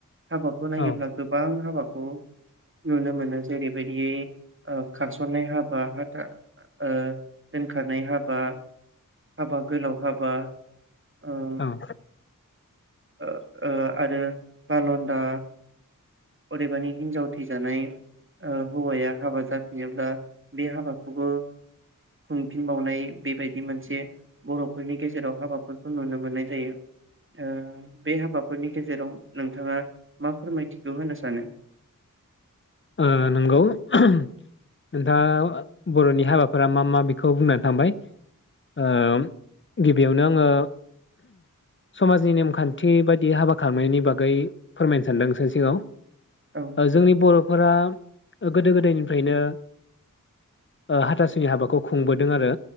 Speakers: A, on the right; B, on the left.
A: हाबाखौ नायोब्ला
B: औ
A: गो बां हाबाखौ नुनो मोनो जेरैबायदि ओ खारसननाय हाबा, हाथा ओ दोनखारनाय हाबा, हाबा गोलाव हाबा, ओ
B: ओं।
A: ओ ओ आरो बालन्दा अदेबानि हिनजाव थैजानाय ओ हौवाया हाबा जाफिनोब्ला बे हाबाखौबो खुंफिनबावनाय बेबायदि मोनसे बर'फोरनि गेजेराव हाबाफोरखौ नुनो मोननाय जायो ओ बे हाबाफोरनि गेजेराव नोंथाङा मा फोरमायथि खौ होनो सानो?
B: ओ नंगौ नोंथाङा बर'नि हाबाफोरा मा मा बेखौ बुंनानै थांबाय ओम गिबियावनो आङो समाजनि नेमखान्थि बायदि हाबा खालामनायनि बागै फोरमायनो सानदों नोंसोरनि सिगाङाव।
A: औ
B: ओ जोंनि बर' फ्रा ओ गोदो गोदायनिफ्रायनो ओ हाथासुनि हाबाखौ खुंबोदों आरो।